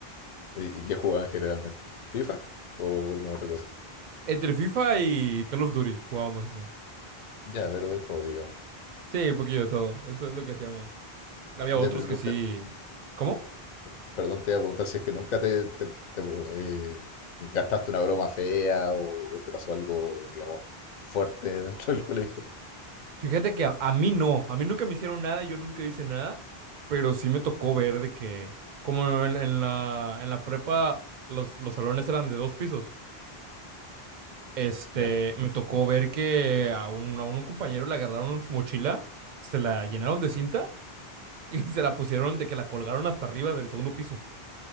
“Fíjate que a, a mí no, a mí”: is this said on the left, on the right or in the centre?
Right